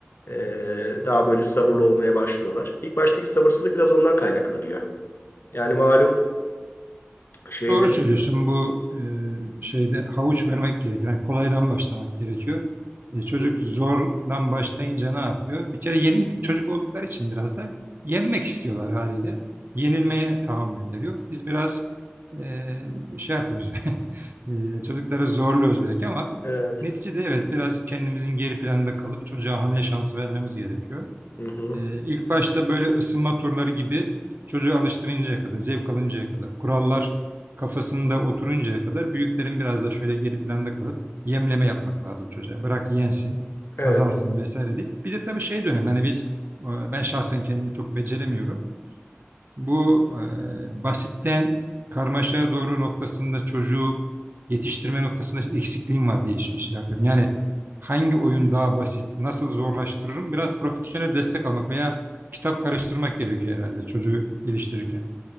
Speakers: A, on the left; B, on the right.
A: Ee, daha böyle sabırlı olmaya başlıyorlar. İlk baştaki sabırsızlık biraz ondan kaynaklanıyor. Yani malum şeyde...
B: Doğru söylüyorsun. Bu e, şeyde havuç vermek gerekiyor. Yani kolaydan başlamak gerekiyor. E, çocuk
A: Hı hı.
B: zorlan başlayınca ne yapıyor? Bir kere yeni çocuk oldukları için biraz da yenmek istiyorlar haliyle. Yenilmeye tahammülleri yok. Biz biraz e, şey yapıyoruz. <laughs> e, çocukları zorluyoruz belki ama
A: Evet.
B: neticede evet biraz kendimizin geri planda kalıp çocuğa hamle şansı vermemiz gerekiyor.
A: Hı hı.
B: Ee, ilk başta böyle ısınma turları gibi çocuğu alıştırıncaya kadar, zevk alıncaya kadar, kurallar kafasında oturuncaya kadar büyüklerin biraz da şöyle geri planda kalıp yemleme yapmak lazım çocuğa. Bırak yensin,
A: Evet.
B: kazansın vesaire deyip. Bir de tabii şey dönem hani biz e, ben şahsen kendim çok beceremiyorum. Bu e, basitten karmaşaya doğru noktasında çocuğu yetiştirme noktasında eksikliğim var diye şey şey yapıyorum. Yani hangi oyun daha basit, nasıl zorlaştırırım? Biraz profesyonel destek almak veya kitap karıştırmak gerekiyor herhalde çocuğu geliştirirken.